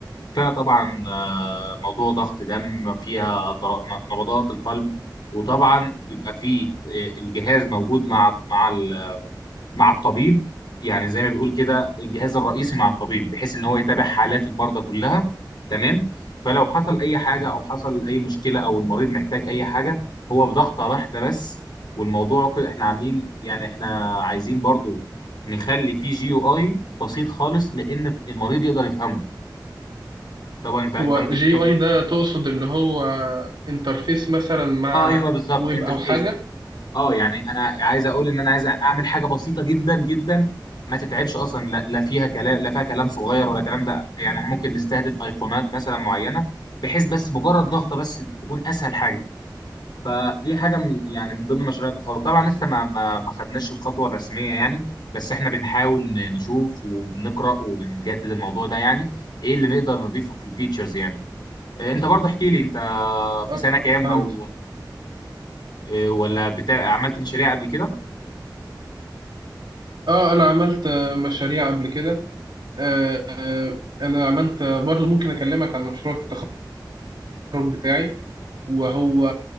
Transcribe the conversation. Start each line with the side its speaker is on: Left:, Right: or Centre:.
Left: فيها طبعا آه، موضوع ضغط دم فيها ضر- نبضات القلب وطبعا بيبقى فيه آه، الجهاز موجود مع مع مع الطبيب يعني زي ما بيقول كده الجهاز الرئيسي مع الطبيب بحيث ان هو يتابع حالات المرضى كلها تمام فلو حصل اي حاجه او حصل اي مشكله او المريض محتاج اي حاجه هو بضغطه واحده بس والموضوع كده احنا عاملين يعني احنا عايزين برضو نخلي فيه جي يو اي بسيط خالص لان المريض يقدر يفهمه طبعا انت انت
Right: هو
Left: ممكن
Right: جي
Left: تكون
Right: يو اي ده تقصد اللي هو انترفيس مثلا مع
Left: اه ايوه بالظبط
Right: ويب
Left: انترفيس
Right: او حاجه
Left: اه يعني انا عايز اقول ان انا عايز اعمل حاجه بسيطه جدا جدا ما تتعبش اصلا لا لا فيها كلام لا فيها كلام صغير ولا كلام ده يعني إحنا ممكن نستهدف ايقونات مثلا معينه بحيث بس مجرد ضغطه بس تكون اسهل حاجه فدي حاجه من يعني من ضمن مشاريع التخرج طبعا لسه ما ما ما خدناش الخطوه الرسميه يعني بس احنا بنحاول ن- نشوف وبنقرا وبنجدد الموضوع ده يعني ايه اللي نقدر نضيفه في الفيتشرز يعني إيه، انت برضه احكي لي انت في
Right: اه
Left: سنه كام
Right: آه، فهمت
Left: او إيه، ولا بتاع عملت مشاريع قبل كده
Right: اه انا عملت آه، مشاريع قبل كده آه، آه، انا عملت آه، برضو ممكن اكلمك عن مشروع التخرج بتاعي وهو